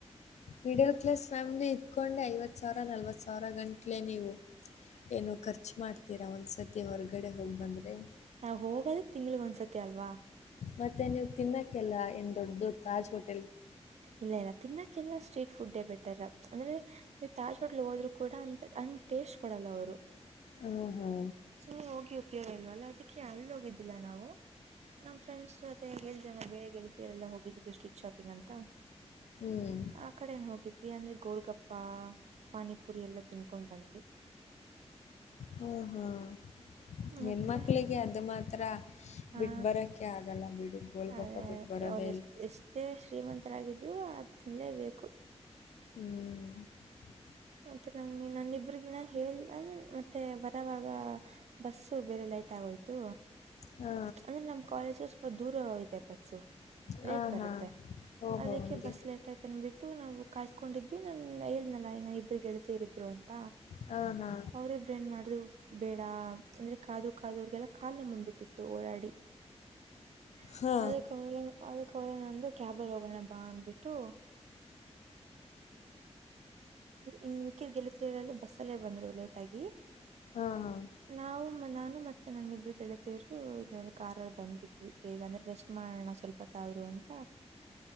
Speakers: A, on the left; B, on the right.
A: middle class family ಇದ್ಕೊಂಡೆ ಐವತ್ ಸಾವಿರ ನಲ್ವತ್ ಸಾವರ ಸಾವಿರ ಗಂಟ್ಲೆ ನೀವು ಏನು ಖರ್ಚು ಮಾಡ್ತೀರ ಒಂದ ಸದ್ಯ ಹೊರ್ಗಡೆ ಹೋಗ್ ಬಂದ್ರೆ
B: ನಾವ್ ಹೋಗೋದು ತಿಂಗ್ಳಗ್ ಒಂದ್ಸತಿ ಅಲ್ವಾ
A: ಮತ್ತೆ ನೀವು ತಿನ್ನಕ್ಕೆಲ್ಲ ಏನ್ ದೊಡ್ ದೊಡ್ ತಾಜ್ ಹೊಟ್
B: ಇಲ್ಲ ಇಲ್ಲ ತಿನ್ನಕ್ಕೆಲ್ಲ ಸ್ಟೇಟ್ ಫುಡ್ಡೆ ಬೆಟರ್ ಅಂದ್ರೆ ನೀವು್ ತಾಜ್ಪೋಟ್ಲ್ ಹೋದ್ರು ಕೂಡ ಅಂತ ಅಂಗ್ ಟೇಸ್ಟ್ ಕೊಡಲ್ಲ ಅವ್ರು
A: ಹಾ, ಹಾ.
B: ಸ ಹೋಗಿ ಉಪಯೋಗ ಇಲ್ವಲ್ಲ ಅದಕ್ಕೆ ಅಲ್ ಹೋಗಿದ್ದಿಲ್ಲ ನಾವು ನಮ್ ಫ್ರೆಂಡ್ಸ್ ಜೊತೆ ಎಲ್ ಜನ ಬೇರೆ ಗೆಳತಿದರೆಲ್ಲ ಹೋಗಿದ್ರು ಸ್ಟ್ರೀಟ್ ಶಾಪಿಂಗ್ ಅಂತ
A: ಹ್ಮ್.
B: ಆ ಕಡೆನ್ ಹೋಗಿದ್ವಿ ಅಂದ್ರೆ ಗೋಲ್ಗಪ್ ಪ್ಪಾ ಪಾನಿಪುರಿ ಎಲ್ಲ ತಿನ್ಕೊಂಡ್ ಬಂದ್ವಿ
A: ಹ್ಮ ಹ್ಮ್ ಹೆಣ್
B: ಮತ್ತೆ
A: ಮಕ್ಳಿಗೆ ಅದು ಮಾತ್ರ
B: ಹಾ
A: ಬಿಟ್ ಬರಕ್ಕೆ ಆಗಲ್ಲ ಬಿಡಿ ಗೋಲ್ಗಪ್ಪ
B: ಅದೇ
A: ಬಿಟ್ ಬರೋದೇ
B: ಅವರು ಎಷ್ಟ
A: ಇಲ್ಲ
B: ಎಷ್ಟೇ ಶ್ರೀಮಂತರಾಗಿದ್ರು ಆ ತಿನ್ಲೇಬೇಕು
A: ಹ್ಮ್
B: ಮತ್ತೆ ನಮ್ ನನ್ನಿಬ್ರಗಿನ ಹೇಳ ಮತ್ತೆ ಬರವಾಗ ಬಸ್ಸು ಬೇರೆ ಲೈಟ್ ಆಗೋಯ್ತು
A: ಹಾ
B: ಅಂದ್ರೆ ನಮ್ ಕಾಲೇಜ ಸ್ವಲ್ಪ ದೂರ ಹಿದೆ ಬಸ್ಸು
A: ಹಾ
B: ಲೇಟ್ ಬರುತ್ತೆ
A: ಹಾ ಓಹೋ
B: ಅದಕ್ಕೆ
A: ಹಂಗೆ
B: ಬಸ್ ಲೇಟ್ ಆಯ್ತ ಅಂದ ಬಿಟ್ ತು ನಾವು ಕಾಯ್ಕೊಂಡಿದ್ ನನ್ ಹೇಳದ್ನಲ್ಲ ಇನ ಇಬ್ರು ಗೆಳತಿರು ಇದ್ರು ಅಂತ
A: ಹಾ ಹಾ
B: ಅವ್ರ ಇಬ್ರು ಎನ್ ಮಾಡಿದ್ರು ಬೇಡ ಅಂದ್ರೆ ಕಾದು ಕಾದೋರ್ಗೆಲ್ಲ ಕಲ್ನೋವ್ ಬಂದ್ಬಿಟ್ ಓಡಾಡಿ <unintelligible>
A: ಹಾ
B: ನಾ ಅಂದೇ ಕ್ಯಾಬಿಗ್ ಹೋಗೋಣ ಬಾ ಅಂದಬಿಟ್ಟು, ಇನ್ ಮಿಕ್ಕಿದ ಬಸ್ಸಲ್ಲಿ ಬಂದ್ರು ಲೇಟ್ ಆಗಿ
A: ಹಾ
B: ಹ್ಮ
A: ಹಾ
B: ನಾವು ನಾನು ಮತ್ತೆ ನಾನಿಬ್ರ ಗ... ರು ಕಾರಲ್ ಬಂಧಬಿಟ್ವಿ ಬೇಗ ಅಂದ್ರೆ ರೆಸ್ಟ್ ಮಾಡಣ ಸ್ವಲ್ಪತ್ತಾದ್ರು ಅಂತ..